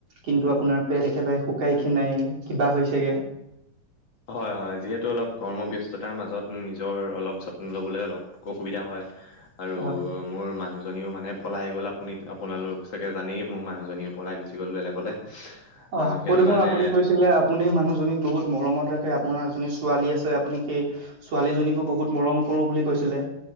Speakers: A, on the right (about 45°); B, on the left (about 50°).
A: কিন্তু আপোনাৰ পেট একেবাৰে শুকাই খিনাই। কিবা হৈছেগে।
B: হয় হয় যিহেতু অলপ কৰ্মব্যস্ত। তাৰ মাজত নিজৰ অলপ যত্ন লবলে' অলপ অসুবিধা হয় আৰু
A: হয়
B: মোৰ মা। মানুহজনীও মানে পলাই গ'ল আপুনি আপোনালোক চাগে জানেই মোৰ মানুহজনীও পলাই গুচি গ'ল বেলেগলে।
A: অ
B: আহ
A: আকৌ
B: সেইটো
A: দেখোন
B: কাৰণে
A: আপুনি কৈছিলে আপুনি মানুহজনীক বহুত মৰমত ৰাখ। আপোনাৰ এজনী ছোৱালী আছে, আপুনি সেই ছোৱালীজনীকো বহুত মৰম কৰো বুলি কৈছিলে।